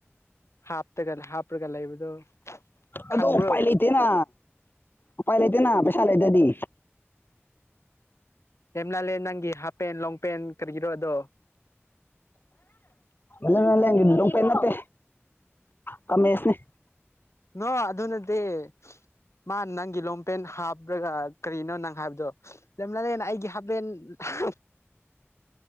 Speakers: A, on the left (about 80°); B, on the left (about 50°).
A: ꯍꯥꯞꯇꯒ ꯍꯥꯞꯄꯔꯒ ꯂꯩꯕꯗꯣ ꯈꯪꯕ꯭ꯔꯣ
B: ꯑꯗꯣ ꯎꯄꯥꯏ ꯂꯩꯇꯦꯅ ꯎꯄꯥꯏ ꯂꯩꯇꯅ ꯄꯁ ꯂꯩꯗꯗꯤ
A: ꯍꯦꯝꯂ ꯂꯩꯦ ꯅꯪꯒꯤ ꯍꯥꯞ ꯄꯦꯟ ꯂꯣꯡ ꯄꯦꯟ ꯀꯔꯤꯒꯤꯔꯣ ꯑꯗꯣ
B: ꯃ ꯂ ꯂꯄ ꯅꯠꯇ ꯀꯃꯦꯃꯦꯁꯤꯅꯦ
A: ꯅꯣ ꯑꯗꯨꯅꯗꯤ ꯃꯥ ꯅꯪꯒꯤ ꯂꯣꯡꯄꯦꯟ ꯍꯥꯞꯄ꯭ꯔꯒ ꯀꯔꯤꯅꯣ ꯅꯪ ꯍꯥꯏꯕꯗꯣ ꯂꯩꯂꯂꯦꯅ ꯑꯩꯒꯤ ꯍꯥꯄꯦꯟ ꯍꯥ